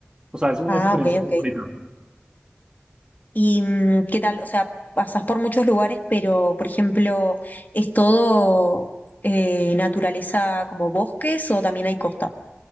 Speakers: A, on the right; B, on the left.
A: o sea, es una
B: Ah,
A: experiencia
B: ok, ok.
A: muy bonita.
B: ¿Y mm, qué tal? O sea, pasas por muchos lugares, pero, por ejemplo, ¿es todo eh, naturaleza como bosques o también hay costa?